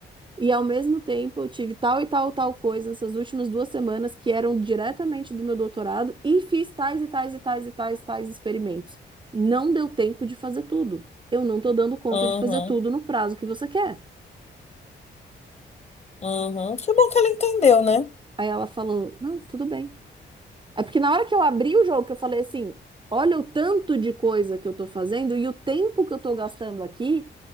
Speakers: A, on the right; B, on the left.
A: E ao mesmo tempo eu tive tal e tal tal coisa nessas últimas duas semanas que eram diretamente do meu doutorado e fiz tais e tais e tais e tais tais experimentos. Não deu tempo de fazer tudo. Eu não tô dando conta
B: uhum,
A: de fazer tudo no prazo que você quer.
B: uhum. Que bom que ele entendeu, né?
A: Aí ela falou: Não, tudo bem. É porque na hora que eu abri o jogo, que eu falei assim: Olha o tanto de coisa que eu tô fazendo e o tempo que eu tô gastando aqui,